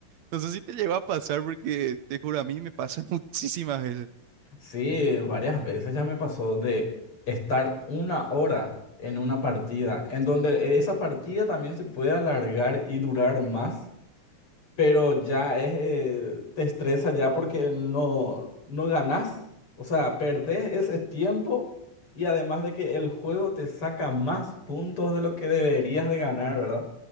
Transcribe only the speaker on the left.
Sí, varias veces ya me pasó de estar una hora en una partida, en donde esa partida también se puede alargar y durar más pero ya es, eh, te estresa ya porque no, no ganás, o sea, perdés ese tiempo y además de que el juego te saca más puntos de lo que deberías de ganar, ¿verdad?